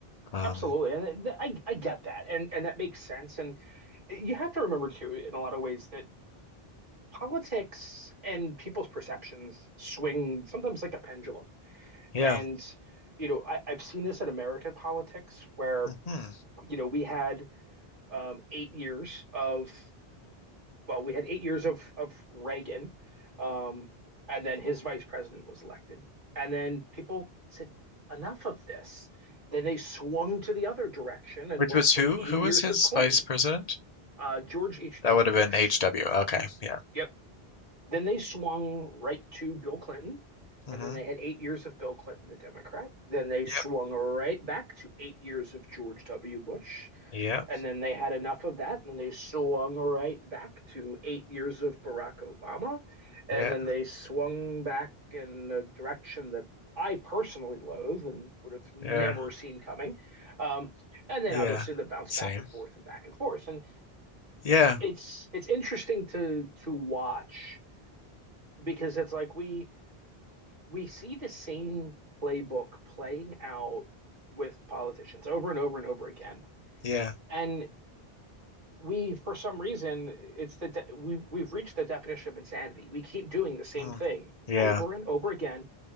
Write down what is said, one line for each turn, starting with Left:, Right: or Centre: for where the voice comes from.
Left: Um,
Right: absolutely. And it- I I get that. And and that makes sense and you have to remember too in a lot of ways that politics and people's perceptions swing sometimes like a pendulum.
Left: yeah.
Right: And, you know, I, I've seen this in American politics where,
Left: hmm
Right: you know, we had um, eight years of, well, we had eight years of, of Reagan, um, and then his vice president was elected. And then people said, enough of this. Then they swung to the other direction and
Left: Which
Right: went
Left: was
Right: for
Left: who?
Right: eight
Left: Who
Right: years
Left: was his
Right: of Clinton,
Left: vice president?
Right: uh, George H.W.
Left: That would have
Right: Bush.
Left: been HW. Okay. Yeah.
Right: Yep, Then they swung right to Bill Clinton.
Left: hmm
Right: And then they had eight years of Bill Clinton, the Democrat. Then they swung
Left: Yep.
Right: right back to eight years of George W. Bush.
Left: Yep.
Right: And then they had enough of that. And they swung right back to eight years of Barack Obama. And
Left: Yeah.
Right: then they swung back in a direction that I personally loathe and would have never
Left: Yeah.
Right: seen coming. Um, and then
Left: Yeah.
Right: obviously the bounce
Left: Same.
Right: back and forth and back and forth. And
Left: Yeah.
Right: it's it's interesting to to watch because it's like we we see the same playbook playing out with politicians over and over and over again.
Left: Yeah.
Right: And we, for some reason, it's the de- we we've reached the definition of insanity. We keep doing the same
Left: Mm.
Right: thing
Left: Yeah.
Right: over and over again,